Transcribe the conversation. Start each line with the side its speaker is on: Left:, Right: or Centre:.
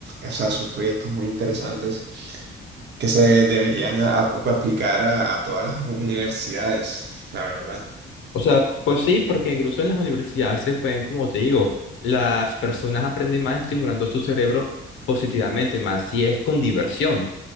Right: o sea, son proyectos muy interesantes que se deberían a- a- aplicar a, a todas las universidades, la verdad,
Left: O sea, pues sí, porque incluso en las universidades se pueden, como te digo, las personas aprenden más estimulando su cerebro positivamente, más si es con diversión.